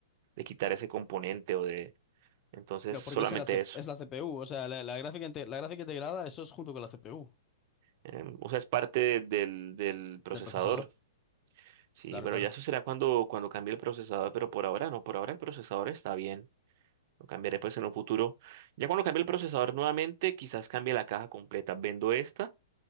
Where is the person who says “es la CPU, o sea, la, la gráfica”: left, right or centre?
Left